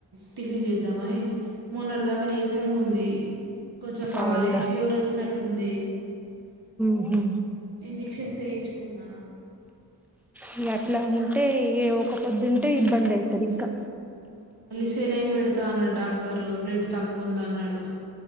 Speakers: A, on the right; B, in the centre.
A: టిఫిన్ చేద్దాంమని మొన్నటి దాకా నీస ఉంది కొంచెం బాలే
B: అవునా
A: ఫీవర్ వచ్చినట్టుంది
B: ఉహు.
A: ఇంజెక్షన్స్ వేయించు కున్నా
B: ఇగ అట్లా ఉంటే ఏ ఒక పొద్దుంటే ఇబ్బంది అయితది ఇంకా
A: సెలన్ పెడతా అన్నాడు డాక్టరు బ్లడ్ తక్కువ ఉంది అన్నాడు